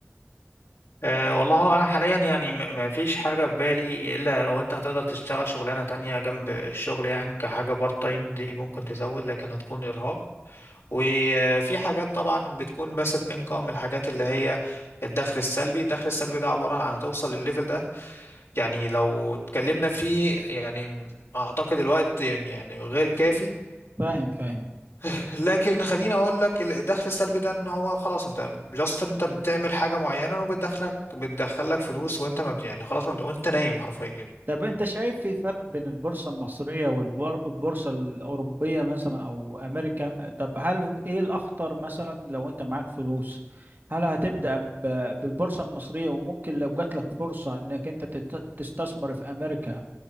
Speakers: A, on the left; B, on the right.
A: أه والله هو انا حاليا يعني م- ما فيش حاجه في بالي الا لو انت هتقدر تشتغل شغلانه تانية جنب الشغل يعني كحاجه بارت تايم دي ممكن تزود لكن هتكون ارهاق وفي حاجات طبعا بتكون باسيف انكم الحاجات اللي هي الدخل السلبي الدخل السلبي ده عبارة عن هتوصل للليفل ده يعني لو اتكلمنا فيه يعني اعتقد الوقت يعني غير كافي
B: فاهم فاهم
A: <laughs> لكن خليني اقول لك الدخل السلبي ده ان هو خلاص انت جاست انت بتعمل حاجة معينة وبتدخلك بتدخلك فلوس وانت ما بت- يعني خلاص ما بت- وانت نايم حرفيا
B: طب انت شايف في فرق بين البورصة المصرية والبورصة الأوروبية مثلا أو أمريكا طب هل ايه الأخطر مثلا لو انت معاك فلوس هل هتبدأ ب- بالبورصة المصرية وممكن لو جات لك فرصة انك انت تت- تستثمر في أمريكا